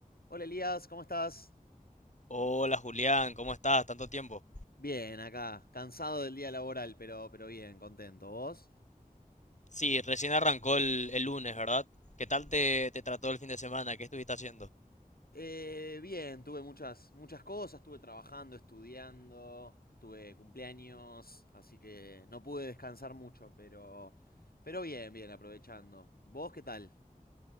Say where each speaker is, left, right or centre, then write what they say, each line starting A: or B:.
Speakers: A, on the left; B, on the left.
A: Hola Elías, ¿cómo estás?
B: Hola Julián, ¿cómo estás? Tanto tiempo.
A: Bien, acá, cansado del día laboral, pero, pero bien, contento. ¿Vos?
B: Sí, recién arrancó el, el lunes, ¿verdad? ¿Qué tal te, te trató el fin de semana? ¿Qué estuviste haciendo?
A: Eh, bien, tuve muchas, muchas cosas, estuve trabajando, estudiando, tuve cumpleaños, así que no pude descansar mucho, pero, pero bien, bien, aprovechando. ¿Vos qué tal?